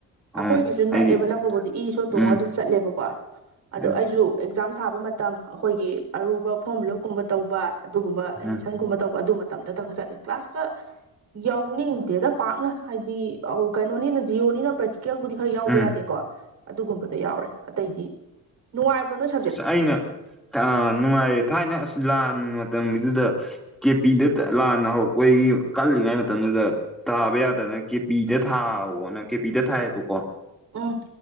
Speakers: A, in the centre; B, on the right.
A: ꯑꯥ
B: ꯑꯩꯈꯣꯏꯒꯤꯁꯨ
A: ꯍꯥꯏꯗꯤ
B: ꯅꯛꯑꯦꯕ ꯅꯛꯄꯕꯨꯗꯤ ꯏꯁꯨ ꯏ ꯔꯤꯛ ꯁꫭ ꯇꯣꯡꯉꯒ
A: ꯎꯝ
B: ꯑꯗꯨꯝ ꯆꯠꯂꯦꯕꯀꯣ ꯑꯗꯣ
A: ꯎꯝ
B: ꯑꯩꯁꯨ ꯑꯦꯛꯖꯥꯝ ꯊꯥꯕ ꯃꯇꯝ ꯑꯩꯈꯣꯏꯒꯤ ꯑꯔꯨꯕꯥ ꯐꯣꯔꯝ ꯐꯤꯂꯞꯀꯨꯝꯕ ꯇꯧꯕꯥ ꯑꯗꯨꯒꯨꯝꯕ ꯑꯦꯗꯃꯤꯁꯟꯒꯨꯝꯕ
A: ꯎꯝ
B: ꯇꯧꯕ ꯑꯗꯨ ꯃꯇꯝꯗꯇꯪ ꯆꯠꯂꯦ ꯀ꯭ꯂꯥꯁꯀ ꯌꯥꯎꯅꯤꯡꯗꯦꯗ ꯄꯥꯛꯅ ꯍꯥꯏꯗꯤ ꯀꯩꯅꯣꯅꯤꯅ ꯖꯤꯌꯣꯅꯤꯅ ꯄ꯭ꯔꯦꯛꯇꯤꯀꯦꯜꯕꯨꯗꯤ ꯈꯔ ꯌꯥꯎꯗ
A: ꯎꯝ
B: ꯌꯥꯗꯦꯀꯣ ꯑꯗꯨꯒꯨꯝꯕꯗꯥ ꯌꯥꯎꯔꯦ ꯑꯇꯩꯗꯤ ꯅꯨꯡꯉꯥꯏꯕ꯭ꯔꯥ ꯅꫭꯏ
A: ꯑꯁ ꯑꯩꯅ ꯅꯨꯡꯉꯥꯏ ꯊꯥꯏꯅ ꯑꯥꯁ ꯂꯥꯟ ꯃꯇꯝꯒꯤꯗꯨꯗꯥ ꯀꯦꯄꯤꯗ ꯂꯥꯟꯅ ꯍꯧꯔꯛꯄꯣꯏꯒꯤ ꯀꯜꯂꯤꯉꯩ ꯃꯇꯝꯗꯨꯗꯥ꯫ ꯇꯥꯕ ꯌꯥꯗꯅ ꯀꯦꯄꯤꯗ ꯊꯥꯋꯣꯅ ꯀꯦꯄꯤꯗ ꯊꯥꯏꯌꯦꯕꯀꯣ
B: ꯎꯝ